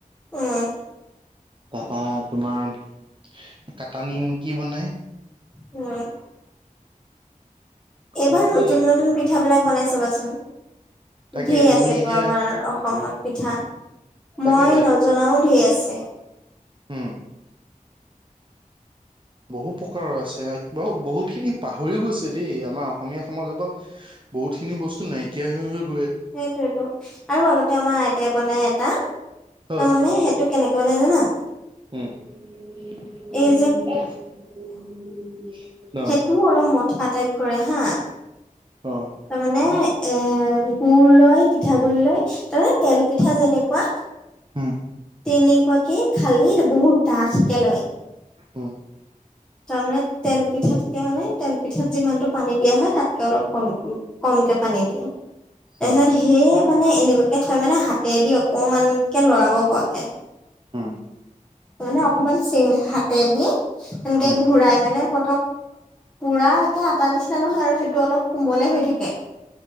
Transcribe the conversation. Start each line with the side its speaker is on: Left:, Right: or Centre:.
Centre: উম।
Right: তাৰপা তোমাৰ, কাটা নিমকি বনাই।
Centre: উম। এইবাৰ
Right: এনেকে
Centre: নতুন-নতুন, পিঠা বিলাক বনাই চাবাচোন।
Right: তাকে
Centre: ধেৰ
Right: তুমি
Centre: আছেতো,
Right: এতিয়া
Centre: আমাৰ অসমত পিঠা।
Right: তাকে
Centre: মই, নজনাও ধেৰ আছে।
Right: উম। বহু প্ৰকাৰৰ আছে, ব-বহুতখিনি, পাহৰিও গৈছে দেই, আমাৰ অসমীয়া সমাজৰ পৰা বহুত খিনি বস্তু নাইকিয় হৈ-হৈ
Centre: সেইটোয়েইটো, আৰু আগতে আমাৰ, আইতাই বনাই এটা তাৰমানে,
Right: অ
Centre: সেইটো কেনেকে বনাই জানা?
Right: উম
Centre: এই
Right: অ
Centre: সেইটোও অলপ, মথা টাইপ কৰে হা'
Right: অ
Centre: তাৰমানে এ গুৰ লয়, পিঠাগুৰি লয়, তাৰ মানে, তেল পিঠা যেনেকুৱা
Right: উম।
Centre: তেনেকুৱাকে, খালি বহুত ডাঠকে লয়।
Right: উম।
Centre: তাৰমানে, তেল পিঠাতকে মানে, তেল পিঠাত যিমানতটো পানী দিয়া হয়, তাতকে অলপ কম-কম কে পানী দিয়ে, তাৰপিছত
Right: অ
Centre: সেই মানে, এনেকুৱাকে থয় মানে, হাতেদি অকমানকে লৰাব পৰাকে।
Right: উম'
Centre: মানে অকমান, চি হাতে দি, সনেকে
Right: উম
Centre: ঘূৰাই মানে, পতক পুৰা একে আটা নিচিনা নহয় আৰু, সেইটো অলপ কোমলে হৈ থাকে।